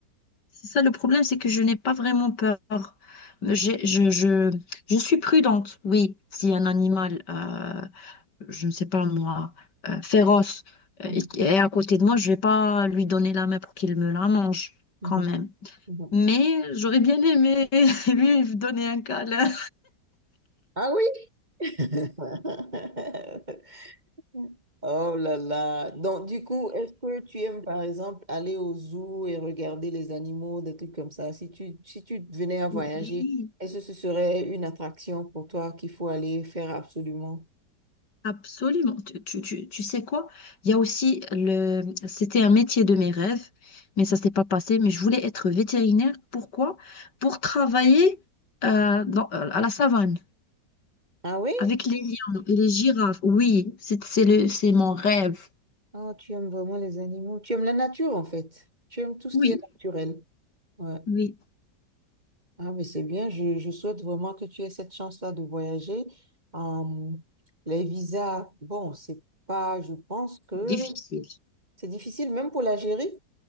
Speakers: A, on the left; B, on the right.
A: C'est ça le problème, c'est que je n'ai pas vraiment peur. J'ai- Je, je, je suis prudente. Oui, si un animal, euh, je ne sais pas moi, euh, féroce
B: Mhm,
A: euh, est est à côté de moi, je ne vais pas lui donner la main pour qu'il me la mange
B: mhm,
A: quand même.
B: mhm. Mhm.
A: Mais j'aurais bien aimé <laughs> lui donner un câlin.
B: Ah oui? <laughs> Mm. Oh là là. Donc, du coup, est-ce que tu aimes, par exemple, aller au zoo et regarder les animaux, des trucs comme ça? Si tu, si tu venais à voyager,
A: Oui.
B: est-ce que ce serait une attraction pour toi qu'il faut aller faire absolument?
A: Absolument. Tu, tu, tu, tu sais quoi? Il y a aussi le... C'était un métier de mes rêves, mais ça s'est pas passé. Mais je voulais être vétérinaire. Pourquoi? Pour travailler euh, dans- euh, à la savane
B: Ah oui?
A: avec les lions et les girafes. Oui, c'est c'est le, c'est mon rêve.
B: Oh, tu aimes vraiment les animaux. Tu aimes la nature, en fait. Tu aimes tout ce
A: Oui,
B: qui est naturel. Ouais.
A: oui,
B: Ah, mais c'est bien. Je, je souhaite vraiment que tu aies cette chance-là de voyager. Euh, les visas, bon, c'est pas, je pense que
A: difficile.
B: c'est difficile, même pour l'Algérie.